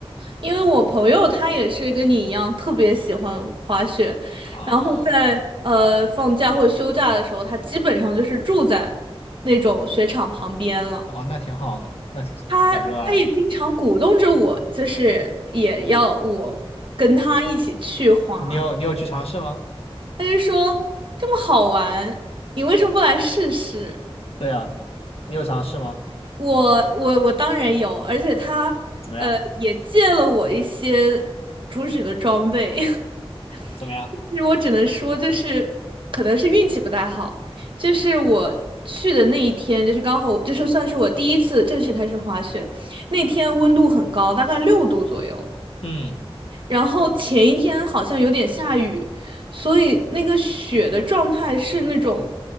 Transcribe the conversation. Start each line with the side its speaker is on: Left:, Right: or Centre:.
Right: 因为我朋友他也是跟你一样特别喜欢滑雪，
Left: 啊，
Right: 然后在呃放假或休假的时候，他基本上就是住在那种雪场旁边了。
Left: 哦，那挺好的，那很热爱。
Right: 他他也经常鼓动着我，就是也要我跟他一起去滑。
Left: 你有你有去尝试吗？
Right: 他就说这么好玩，你为什么不来试试？
Left: 对啊，你有尝试吗？
Right: 我我我当然有，而且他呃也借了我一些初始的装备。
Left: 怎么样？
Right: <laughs>
Left: 怎么样？
Right: 其实我只能说，就是可能是运气不太好，就是我去的那一天，就是刚好我，就是算是我第一次正式开始滑雪，那天温度很高，大概六度左右。
Left: 嗯，
Right: 然后前一天好像有点下雨，所以那个雪的状态是那种